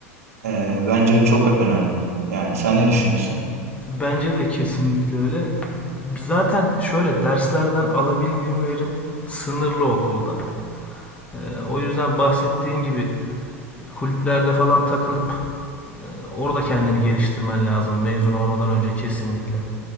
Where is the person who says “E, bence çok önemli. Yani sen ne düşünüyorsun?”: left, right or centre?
Right